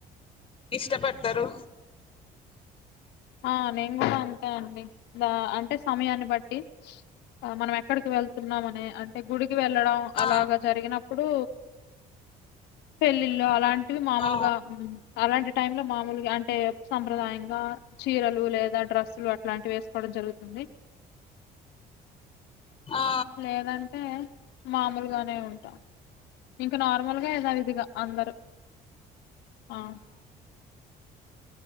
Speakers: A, on the left; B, on the left.
A: ఇష్టపడతారు
B: ఆ నేను కూడా అంతే అండి ఇదా అంటే సమయాన్ని బట్టి మనం ఎక్కడికి వెళ్తున్నామ్ అని అంటే గుడి వెళ్ళడం అలాగ
A: ఆ
B: జరిగినప్పుడు పెళ్ళి ల్లోఅలాంటి మాముల్గా
A: ఆ
B: మ్ అలాంటి టైమ్ లో మాముల్గా టె సాంప్రదాయంగ చీరలు లేద డ్రస్సులు అట్లాంటివి వేసు ఇక్కడ జరుగుతుంది
A: ఆ
B: లేదంటే మామూల్గానే ఉంట ఇంకా నార్మల్గా ఏదా విదిగా అందరూ ఆ